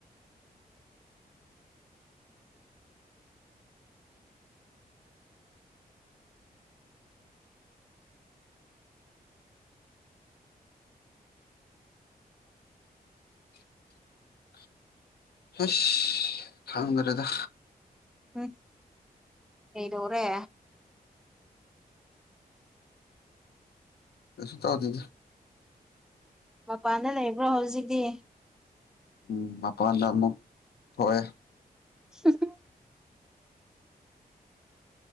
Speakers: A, on the left (about 75°); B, in the centre.
A: <inaudible> ꯍꯩꯁ ꯈꯪꯗꯔꯦꯗ
B: ꯍꯝ ꯀꯩꯗꯧꯔꯦ
A: ꯀꯩꯁꯨ ꯇꯧꯗꯦꯗ
B: ꯃꯄꯥꯟꯗ ꯂꯩꯕ꯭ꯔꯣ ꯍꯧꯖꯤꯛꯇꯤ
A: ꯎꯝ ꯃꯄꯥꯟꯗ ꯑꯃꯨꯛ ꯊꯣꯛꯑꯦ
B: ꯍꯥꯝ ꯍꯥꯝ